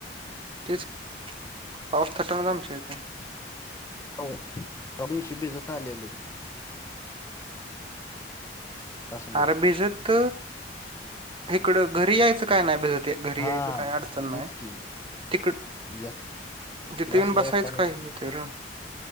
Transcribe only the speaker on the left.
हो, त्या दिवशी भिजत आलेलो. कासंबदी
हा
मग
तेच की
यात
क्लासला
येताना